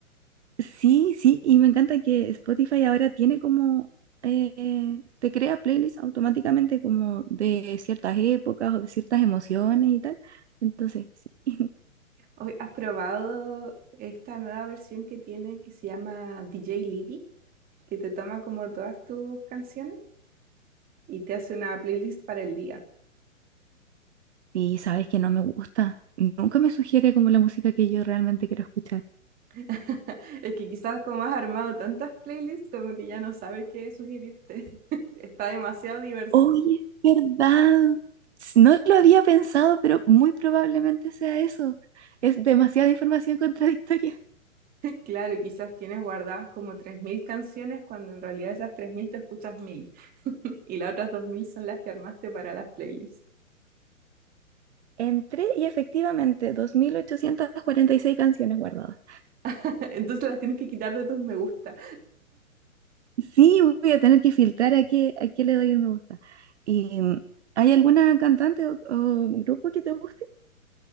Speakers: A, on the right (about 55°); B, on the right (about 20°).
A: Sí, sí, y me encanta que Spotify ahora tiene como, eh, eh, te crea playlists automáticamente como de ciertas épocas o de ciertas emociones y tal. Entonces, sí. <laughs>
B: Oye, ¿has probado esta nueva versión que tiene que se llama DJ Libby? Que te toma como todas tus canciones y te hace una playlist para el día.
A: Y sabes que no me gusta. Nunca me sugiere como la música que yo realmente quiero escuchar.
B: <laughs> Es que quizás como has armado tantas playlists, como que ya no sabe qué sugerirte. <laughs> Está demasiado diverso.
A: Oye, es verdad. S- No lo había pensado, pero muy probablemente sea eso. Es demasiada información <laughs> contradictoria.
B: Claro, quizás tienes guardadas como 3.000 canciones cuando en realidad esas 3.000 te escuchas 1.000 <laughs> y las otras 2.000 son las que armaste para las playlists.
A: Entré y efectivamente, 2.846 canciones guardadas.
B: <laughs> Entonces las tienes que quitar de tus me gusta.
A: Sí, voy a tener que filtrar a qué, a qué le doy el me gusta. Y, mm, ¿hay alguna cantante o, o grupo que te guste?